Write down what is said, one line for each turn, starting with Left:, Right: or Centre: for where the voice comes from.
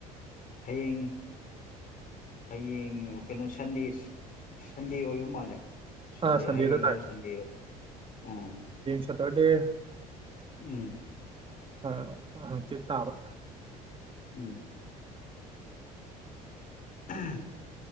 Left: ꯍꯌꯦꯡ ꯍꯌꯦꯡ ꯀꯩꯅꯣ ꯁꯟꯗꯦꯁ ꯁꯟꯗꯦ ꯑꯣꯏꯕ ꯃꯥꯜꯂꯦ ꯁꯟꯗꯦ
Right: ꯑꯥ ꯁꯟꯗꯦꯗ
Left: ꯍꯌꯦꯡꯔꯣ
Right: ꯇꯥꯏ
Left: ꯁꯟꯗꯦꯔꯣ ꯎꯝ
Right: ꯐꯇꯥ ꯗꯦ
Left: ꯎꯝ
Right: ꯑ ꯆꯤꯠꯇꯕ
Left: ꯎꯝ ꯎꯝ